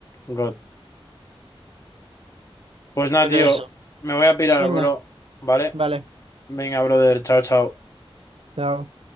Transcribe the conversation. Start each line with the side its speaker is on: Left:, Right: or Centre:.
Left: God. Pues nada,
Right: Era
Left: tío.
Right: eso.
Left: Me voy a pirar,
Right: Venga,
Left: bro. ¿Vale?
Right: vale.
Left: Venga, brother. Chao, chao.
Right: Chao.